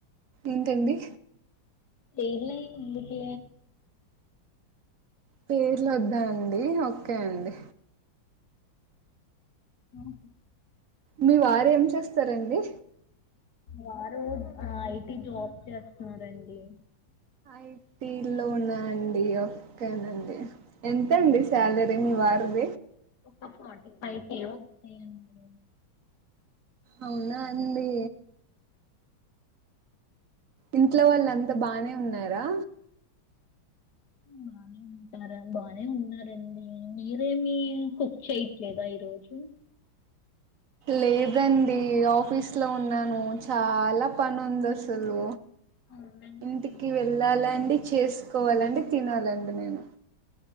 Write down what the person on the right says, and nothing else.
ఏంటండి
పేర్ల వద్దా అండి ఓకే అండి
మీ వారు ఏం చేస్తారండి
ఐటీ లోన్ అడియో దండి ఎంతండి సాలరీ వారువ
అవునా అండీ ఇంట్లో వాళ్ళు అంత బానే ఉన్నారా
లేదండి ఆఫీస్ లో ఉన్నాను చాలా పని ఉంది అసలు
ఇంటికి వెళ్ళాలా అండి చేస్త కోవాలండి తినాలండి నేను